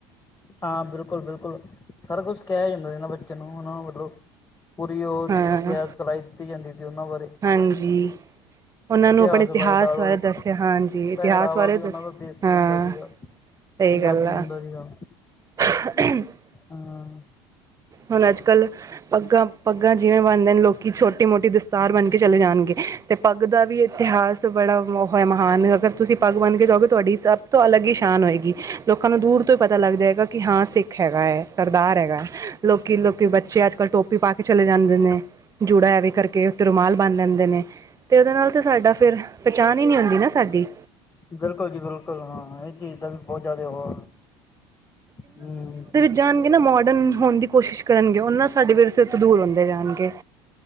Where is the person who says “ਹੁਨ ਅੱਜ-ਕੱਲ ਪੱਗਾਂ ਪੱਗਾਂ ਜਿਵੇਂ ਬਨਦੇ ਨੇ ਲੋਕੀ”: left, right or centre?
Right